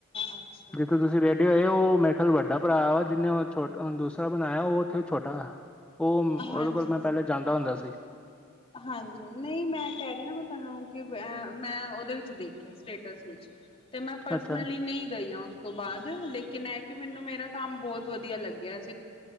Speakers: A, on the left; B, in the centre.
A: ਅੱਛਾ
B: ਜਿੱਥੋ ਤੁਸੀਂ ਰੇਡੀ ਹੋਏ ਓ ਉਹ ਮੇਰੇ ਖਿਆਲ ਵੱਡਾ ਭਰਾ ਵਾ ਜਿਹਨੇ। ਹੁਣ ਦੂਸਰਾ ਬਣਾਇਆ ਉਹ ਉੱਥੇ ਛੋਟਾ ਉਹ
A: ਹਾਂਜੀ
B: ਉਹਦੇ ਕੋਲ ਮੈਂ
A: ਹਾਂ
B: ਪੇਲੇ ਜਾਂਦਾ ਹੁੰਦਾ ਸੀ।
A: ਹਾਂਜੀ ਨਹੀਂ ਮੈਂ ਕਹਿ ਰਹੀ ਨਾ ਮੈਂ ਤੁਹਾਨੂੰ ਕਿ ਮੈਂ ਉਹਦੇ ਵਿੱਚ ਦੇਖਿਆ ਸਟੇਟਸ ਵਿੱਚ। ਤੇ ਮੈਂ ਪਰਸਨਲੀ
B: ਅੱਛਾ
A: ਨਈ ਗਈ ਆਂ ਉਸ ਤੋਂ ਬਾਦ ਲੇਕਿਨ ਇਹ ਕਿ ਮੈਨੂੰ ਮੇਰਾ ਕੰਮ ਬਹੁਤ ਵਧੀਆ ਲੱਗਿਆ।